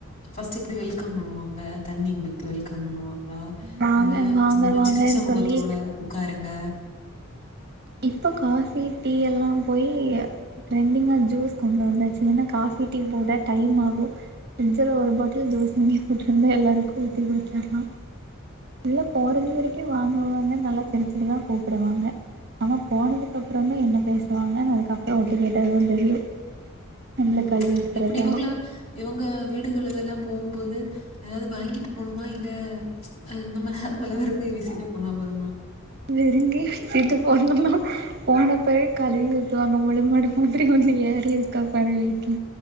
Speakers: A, on the left; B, on the right.
A: ஃபர்ஸ்ட்டு இப்டி வெல்கம் பண்ணுவாங்க தண்ணி குடுத் து வெல்கம் பண்ணுவாங்க
B: வாங்க
A: இல்ல
B: வாங்க
A: நம்ம
B: வாங்கன்னு
A: சிரிச்சமுகத்தோட
B: சொல்லி
A: உக்காருங்க
B: இப்போ காஃபி டீ எல்லா போயி ட்ரெண்டிங்கா ஜூஸ் கொண்டு வந்தாச்சு ஏன்னா காஃபி டீ போட டைம் ஆகோ ஃப்ரிட்ஜில ஒரு பாட்டில் தோச அங்கே கூட்ருங்க எல்லாருக்கூ ஊத்தி குடுத்துர்லா உள்ள போறந்த வரைக்கோ வாங்க வாங்க நல்லா சிரச்சுட்டுதா கூப்டுவாங்க ஆனா போனதுக்கப்பறமே என்ன பேசுவாங்கன் அதுக்கப்பறோ ஒட்டு கேட்டதா தெரியு நம்மள
A: ம்
B: கழுவி ஊத்துறதெல்லா
A: எப்டி இவங்கள இவங்க வீடுகளுகெல்லா போம்போது ஏதாவது வாங்கிட்டு போணுமா இல்ல அ நம்ம நார்மலா வெறுங்கை வீசிட்டு போனா போதுமா
B: வெறுங்கை வீட்டு போனோ போன பிறகு கலுவி ஊத்து வாங்க முழுமாடு மாதிரி ஒண்ணு ஏறி இருக் கா பாரு வீட்ல